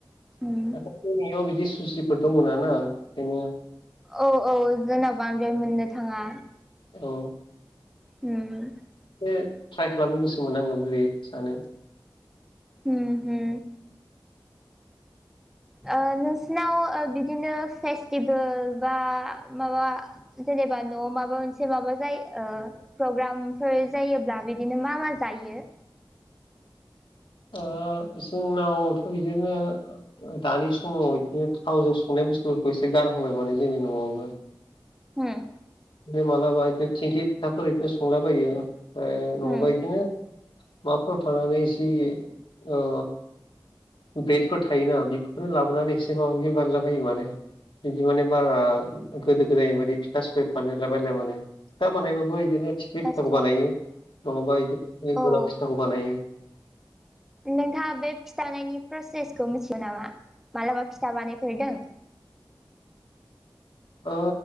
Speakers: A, in the centre; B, on the left.
A: उम।
B: दाथ' जोंनियाव बिदि सुसिफोरथ' मोनाना ओंखायनो
A: औ औ जोंनाव बांद्राय मोननो थांङा।
B: औ।
A: उम।
B: इदिनो ट्राइ खालामनो गोसोमोन आंङो बोरै सानो
A: उम हो ओ नोंसिनाव ओ बिदिनो फेस्टिभोल बा माबा जेनेबा न'आव माबा मोनसे माबा जायो ओ प्रग्रामफोर जायोब्ला बिदिनो मा मा जायो
B: ओ जोंनावथ' बिदिनो ओ ओ दानि समाव इदिनो थावजों संनाय बुस्थुफोरखौ एसे गारहांबाय माने जोंनि न'आवबो।
A: उम
B: टाइमा जाबाय इदिनो थिंख्लि फिथाफोर इदिनो संलाबायो ओमफ्राय नङाबा
A: उम
B: इदिनो माबाफ्राव थांनानै जि ओ बेडफोर थायोना बिखौनो लाबोनानै एसे माबा माबि बानायला बायो माने। इदि माने बारा गोदो गोदायनि बायदि फिथा सौराय बानायला बायला माने। फिथा बानायबाबो इदिनो थिख्लि फिथाखौ
A: आदसा
B: बानायो नंङाबा इदिनो
A: औ
B: गोलाव फिथाखौ बानायो।
A: नोंथांङा बे फिथानायनि प्रसेसखौ मिथियो नामा मालाबा फिथा बानायफेरदों।
B: ओ